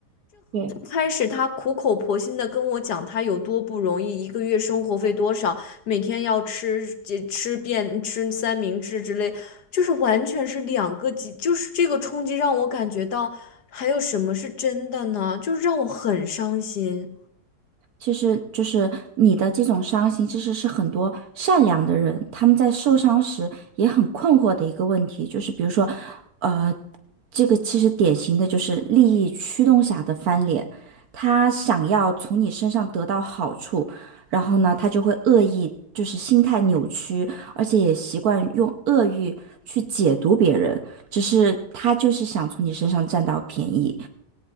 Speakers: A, on the right; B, on the left.
A: 对。
B: 开始他苦口婆心的跟我讲他有多不容易，一个月生活费多少，每天要吃这吃遍吃三明治之类，就是完全是两个极，就是这个冲击让我感觉到还有什么是真的呢？就是让我很伤心。
A: 其实就是你的这种伤心，其实是很多善良的人他们在受伤时也很困惑的一个问题，就是比如说，呃，这个其实典型的就是利益驱动下的翻脸，他想要从你身上得到好处，然后呢，他就会恶意，就是心态扭曲，而且也习惯用恶意去解读别人，只是他就是想从你身上占到便宜。